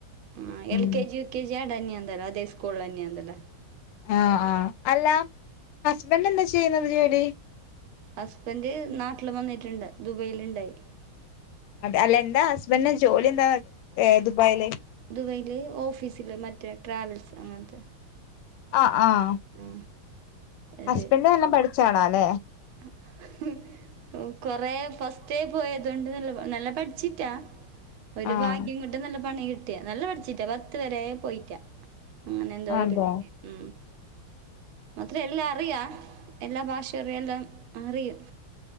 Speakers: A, on the right; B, on the left.
A: ആ എൽ
B: ഉം
A: കെ ജി യു കെ ജിയ ഡന്നി തരാ അതെ കൊള്ള തന്നെയാന്തല്ലേ
B: ആ ആഹ് അല്ല ഹസ്ബൻഡ് എന്താ ചെയ്യുന്നത് ജോലി
A: ഹസ്ബൻഡ് നാട്ടിൽ വന്നിട്ടുണ്ട് ദുബൈൽുണ്ടായി
B: അതെ അല്ല എന്താ ഹസ്ബന്ഡന് ജോലി എന്താ ദുബായില
A: ദുബൈൽ ഓഫീസില് മറ്റേ ട്രാവൽസ് അങ്ങനത്തെ
B: ആ ആഹ
A: ആ അത്
B: ഹസ്ബൻഡ് നല്ലാം പഠിച്ചാളാ അല്ലേ
A: <inaudible> ഓ കൊറേ ഫസ്റ്റ് പോയതൊണ്ട് നല്ല നല്ല പഠിച്ചിട്ടാ ഒരു
B: ആഹ്
A: ഭാഗ്യം കൊണ്ടും നല്ല പണി കിട്ടിയ നല്ല പഠിച്ചിറ്റാ പത്ത് വരെ പോയിറ്റാ അങ്ങനെ എന്തോയിട്ട
B: അതെ
A: ഉ മാത്ര എല്ലാം അറിയാം എല്ലാ ഭാഷയുംറിയ എല്ലാം അറിയും